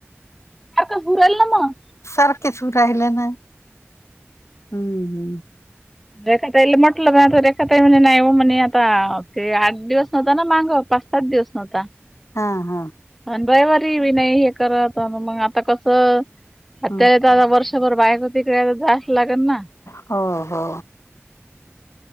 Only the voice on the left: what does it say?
सारखेच राहिलं ना हम्म हम्म
हा हा
हो
हो हो.